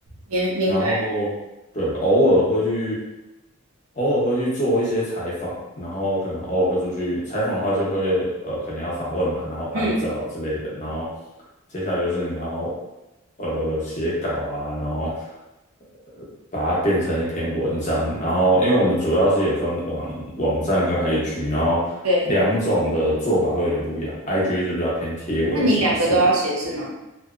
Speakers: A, on the right; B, on the left.
A: 明明白。
B: 然后对，偶尔会去，偶尔会去做一些采访，然后可能偶尔会出去采访的话，就会呃，可能要访问嘛，然后拍照之类的，
A: 嗯，
B: 然后接下来就是你要呃写稿啊，然后呃把它变成一篇文章，然后因为我们主要是有分网网站跟 IG，然后两种的做法会有点不一样，IG
A: 对。
B: 就是比较偏贴文形式，
A: 那你两个都要写是吗？